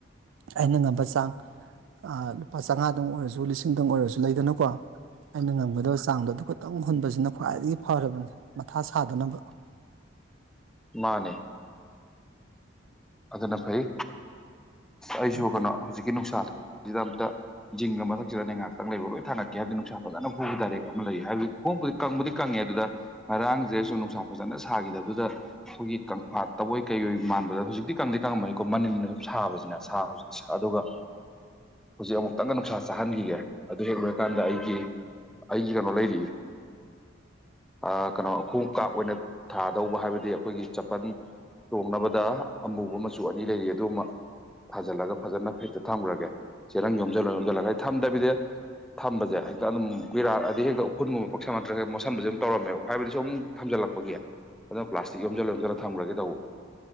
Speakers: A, on the right (about 75°); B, in the centre.
A: ꯑꯩꯅ ꯉꯝꯕ ꯆꯥꯡ ꯑ ꯂꯨꯄꯥ ꯆꯥꯝꯃꯉꯥꯗꯪ ꯑꯣꯏꯔꯁꯨ ꯂꯤꯁꯤꯡꯗꯪ ꯑꯣꯏꯔꯁꯨ ꯂꯩꯗꯅꯀꯣ ꯑꯩꯅ ꯉꯝꯒꯗꯕ ꯆꯥꯡꯗꯣ ꯑꯗꯨꯈꯇꯪ ꯍꯨꯟꯕꯁꯤꯅ ꯈ꯭ꯋꯥꯏꯗꯒꯤ ꯐꯔꯕꯅꯤ ꯃꯊꯥ ꯁꯥꯗꯅꯕ
B: ꯃꯥꯅꯦ ꯑꯗꯨꯅ ꯐꯩ ꯑꯩꯁꯨ
A: ꯑꯗꯨ
B: ꯀꯩꯅꯣ ꯍꯧꯖꯤꯛꯀꯤ ꯅꯨꯡꯁꯥꯁꯤꯗ ꯑꯝꯇ ꯖꯤꯡꯒ ꯃꯊꯛꯁꯤꯗ ꯉꯍꯥꯛꯇꯪ ꯂꯩꯕ ꯂꯣꯏ ꯊꯥꯡꯒꯠꯀꯦ ꯍꯥꯏꯕꯗꯩ ꯅꯨꯡꯁꯥ ꯐꯖꯅ ꯐꯨꯕ ꯗꯥꯏꯔꯦꯛ ꯑꯃ ꯂꯩ ꯍꯥꯏꯕꯗꯤ <unintelligible> ꯀꯪꯕꯨꯗꯤ ꯀꯪꯉꯦ ꯑꯗꯨꯗ ꯉꯔꯥꯡꯁꯦ ꯁꯨꯝ ꯅꯨꯡꯁꯥ ꯐꯖꯅ ꯁꯥꯒꯤꯗꯕꯗꯨꯗ ꯑꯩꯈꯣꯏꯒꯤ ꯀꯪꯐꯥꯠ ꯇꯕꯣꯏ ꯀꯩꯋꯣꯏ ꯃꯥꯟꯕꯗꯣ ꯍꯧꯖꯤꯛꯇꯤ ꯀꯪꯗꯤ ꯀꯪꯉꯝꯃꯅꯤꯀꯣ ꯃꯅꯤꯟꯅ ꯑꯗꯨꯝ ꯁꯥꯕꯁꯤꯅ ꯁꯥ ꯍꯧꯖꯤꯛꯀꯤ ꯁꯥ ꯑꯗꯨꯒ ꯍꯧꯖꯤꯛ ꯑꯃꯨꯛꯇꯪꯒ ꯅꯨꯡꯁꯥ ꯆꯥꯍꯟꯈꯤꯒꯦ ꯑꯗꯨ ꯍꯦꯛ ꯂꯣꯏꯔꯀꯥꯟꯗ ꯑꯩꯒꯤ ꯑꯩꯒꯤ ꯀꯩꯅꯣ ꯂꯩꯔꯤ ꯑ ꯀꯩꯅꯣ ꯈꯣꯡꯉꯨꯞ ꯀꯥꯞ ꯑꯣꯏꯅ ꯊꯥꯗꯧꯕ ꯍꯥꯏꯕꯗꯤ ꯑꯩꯈꯣꯏꯒꯤ ꯆꯄꯟ__ ꯇꯣꯡꯅꯕꯗ ꯑꯃꯨꯕ ꯃꯆꯨ ꯑꯅꯤ ꯂꯩꯔꯤ ꯑꯗꯨ ꯑꯃ ꯊꯥꯖꯤꯜꯂꯒ ꯐꯖꯅ ꯐꯤꯠꯇ ꯊꯝꯒ꯭ꯔꯒꯦ ꯆꯦꯔꯪ ꯌꯣꯝꯖꯜꯂ ꯌꯣꯝꯖꯜꯂꯒ ꯊꯝꯗꯕꯤꯗ ꯊꯝꯕꯖꯦ ꯍꯦꯛꯇ ꯑꯗꯨꯝ ꯀꯨꯏꯔꯛ ꯑꯗꯤ ꯍꯦꯛꯇ ꯎꯐꯨꯟ ꯅꯨꯡꯃꯨꯛ ꯄꯛꯁꯟꯕ ꯅꯠꯇ꯭ꯔꯒ ꯍꯦꯛ ꯃꯣꯠꯁꯤꯟꯕꯁꯦ ꯑꯗꯨꯝ ꯇꯧꯔꯃꯦꯕ ꯍꯥꯏꯕꯗꯤ ꯁꯨꯝ ꯊꯝꯖꯤꯜꯂꯛ__ ꯄꯒꯤ ꯑꯗꯨꯅ ꯄ꯭ꯂꯥꯁꯇꯤꯛ ꯌꯣꯝꯖꯜ ꯌꯣꯝꯖꯜꯂ ꯊꯝꯒ꯭ꯔꯒꯦ ꯇꯧꯕ